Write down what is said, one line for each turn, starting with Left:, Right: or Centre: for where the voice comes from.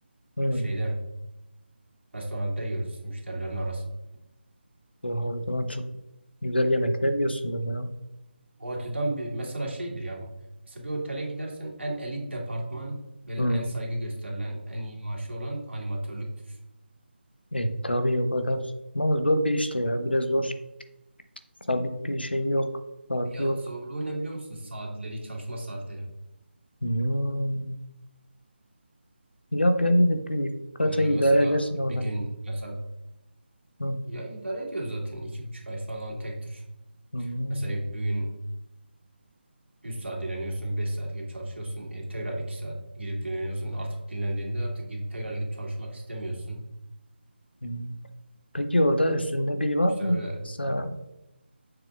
Left: Hmm.
Right: şeyde restoranda yiyoruz müşterilerin arasında.
Left: Oha, o zaman çok güzel yemekler yiyorsundur ya.
Right: O açıdan bir mesela şeydir ya. Mesela bir otele gidersen en elit departman böyle
Left: Hmm.
Right: en saygı gösterilen en iyi maaşı olan animatörlüktür.
Left: E, tabii o kadar. Ama zor bir işte ya. Biraz zor. Sabit bir şey yok. Saati
Right: Ya
Left: yok.
Right: zorluğu ne biliyor musun? Saatleri, çalışma saatleri.
Left: Hmm. Yap ya iyidir. Bir, birkaç
Right: Hani öyle
Left: ay
Right: mesela
Left: idare edersin oradan.
Right: bir gün mesela
Left: Hmm.
Right: ya idare ediyor zaten iki buçuk ay falan tek tür.
Left: Hmm.
Right: Mesela bir gün 3 saat dinleniyorsun, 5 saat gidip çalışıyorsun. E, tekrar 2 saat gidip dinleniyorsun. Artık dinlendiğinde artık gidip tekrar gidip çalışmak istemiyorsun.
Left: Hmm. Peki orada üstünde biri var
Right: İşte
Left: mı?
Right: öyle
Left: Sağ